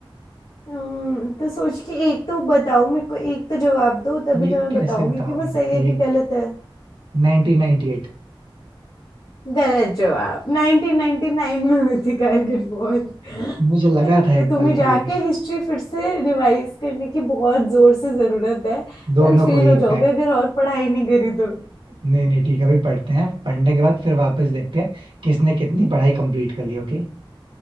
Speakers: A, on the left (about 70°); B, on the right (about 65°).
A: हम्म, तो सोच के एक तो बताओ मेरे को एक तो जवाब दो तभी
B: ये
A: तो मैं
B: कैसे
A: बताऊंगी
B: बताऊं
A: कि वो सही है
B: ये
A: कि गलत है
B: नाइनटीन नाइनटी एट
A: गलत जवाब 1999 में हुई थी कारगिल वॉर आई
B: मुझे लगा
A: थिंक
B: था एक
A: तुम्हें
B: पल
A: जाके
B: के लिए
A: हिस्ट्री फिर से रिवाइज करने की बहुत जोर से जरूरत है कल
B: दोनों
A: फेल
B: को ही
A: हो
B: इनफैक्ट
A: जाओगे अगर और पढ़ाई नहीं करी तो
B: नहीं नहीं ठीक है अभी पढ़ते हैं पढ़ने के बाद फिर वापस देखते हैं किसने कितनी पढ़ाई कंप्लीट कर ली ओके